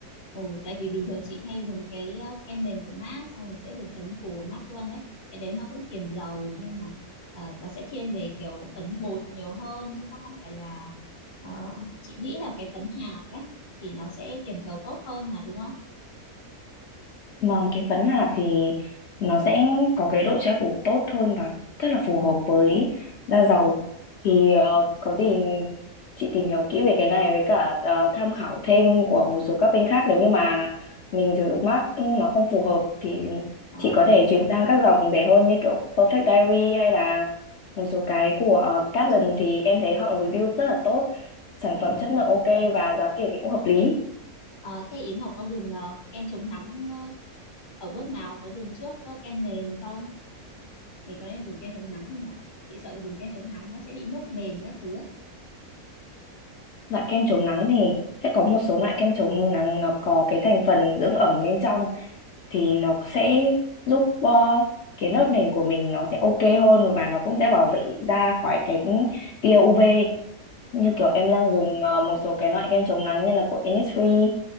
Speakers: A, on the left; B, on the left.
A: Ồ, tại vì bình thường chị hay dùng cái ờ, kem nền của MAC xong rồi sẽ dùng phấn phủ của MAC luôn đấy. Cái đấy nó cũng kiềm dầu nhưng mà ờ, nó sẽ thiên về kiểu phấn bột nhiều hơn chứ nó không phải là ờ, chị nghĩ là cái phấn hạt đấy thì nó sẽ kiềm dầu tốt hơn mà đúng không?
B: Vâng, cái phấn hạt thì nó sẽ có cái độ che phủ tốt hơn và rất là phù hợp với da dầu. Thì ờ,
A: Ờ,
B: có gì chị tìm hiểu kỹ về cái này với cả ờ, tham khảo thêm của một số các bên khác nếu như mà mình sử dụng mác nó không phù hợp thì
A: ờ,
B: chị có thể chuyển sang các dòng rẻ hơn như kiểu Perfect Diary hay là một số cái của ờ, Kaplan thì em thấy họ review rất là tốt, sản
A: ờ.
B: phẩm chất
A: Ờ,
B: lượng ok và giá tiền thì cũng hợp lý.
A: Ờ, thế Yến Ngọc có dùng ờ, kem chống nắng ờ, ở bước nào? Có dùng trước ờ, kem nền không? mình có nên dùng kem chống nắng không nhỉ chị sợ dùng kem chống nắng nó sẽ bị mốc nền các thứ ấy
B: Loại kem chống nắng thì sẽ có một số loại kem chống nắng nó có cái thành phần dưỡng ẩm bên trong thì nó sẽ giúp ờ, cái lớp nền của mình nó sẽ ok hơn và nó cũng sẽ bảo vệ da khỏi cái tia UV như
A: ờ
B: kiểu em đang dùng ờ, một số cái loại kem chống nắng như là của Innisfree